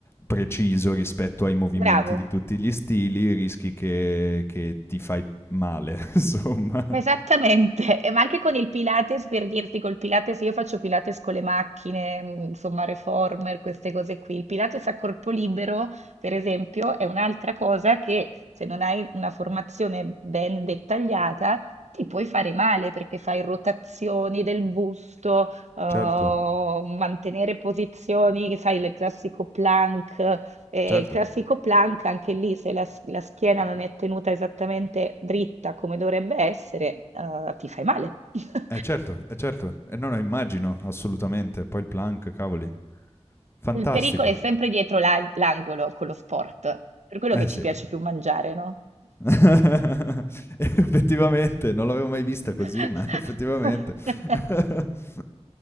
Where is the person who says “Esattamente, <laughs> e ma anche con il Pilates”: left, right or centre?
Right